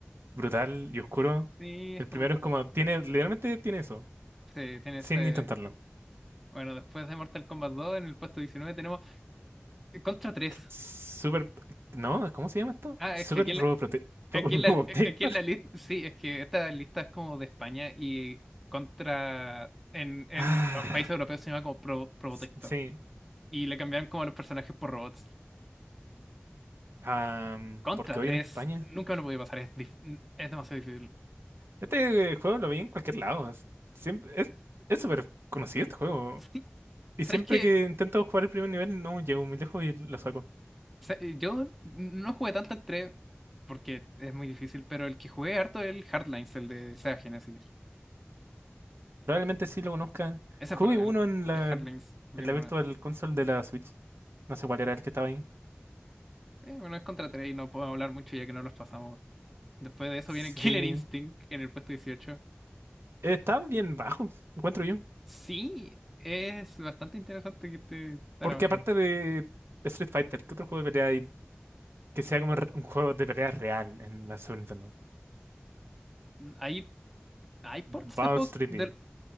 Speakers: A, on the right; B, in the centre.
A: brutal y oscuro.
B: sí, es
A: El
B: como...
A: primero es como, tiene, literalmente tiene eso,
B: Sí, tiene
A: sin
B: ese...
A: intentarlo.
B: Bueno, después de Mortal Kombat dos en el puesto 19 tenemos eh, Contra tres
A: Súper, no, ¿cómo se llama esto?
B: Ah,
A: Súper
B: es que aquí
A: Roboprote- Ro-
B: Aquí
A: <laughs>
B: en la,
A: Robotector.
B: e, aquí en la lista, <laughs> sí, es que esta lista es como de España y contra, en, en
A: Ah,
B: los países europeos se llama como Pro- Probotector.
A: s- sí,
B: Y le cambiaron como los personajes por robots.
A: Am,
B: Contra
A: porque
B: tres
A: hoy en España.
B: nunca me lo podía pasar, es, dif- es demasiado difícil.
A: Este juego lo vi en cualquier lado. es- Siempre, es, es súper conocido este juego.
B: Sí,
A: Y
B: ¿sabes
A: siempre
B: qué?
A: que intento jugar el primer nivel, no llego muy lejos y lo saco.
B: Sa- eh, Yo no jugué tanto al 3 porque es muy difícil, pero el que jugué harto es el Hardlines, el de Sega Genesis.
A: Probablemente sí lo conozca.
B: Ese
A: Jugué
B: es bueno, el,
A: uno en la,
B: el Hardlines
A: en
B: es bien
A: la Virtual
B: bueno.
A: Console de la Switch. No sé cuál era el que estaba ahí.
B: Eh, bueno, es contra tres y no puedo hablar mucho ya que no los pasamos. Después de eso
A: Sí.
B: viene Killer
A: sí.
B: Instinct en el puesto dieciocho
A: Está bien bajo, encuentro yo.
B: Sí, es bastante interesante que esté tan
A: Porque
B: abajo.
A: aparte de Street Fighter, ¿qué otro juego de pelea hay que sea como re- un juego de pelea real en la Super Nintendo?
B: Hay, hay ports
A: Battle
B: de juegos
A: 3D.
B: de...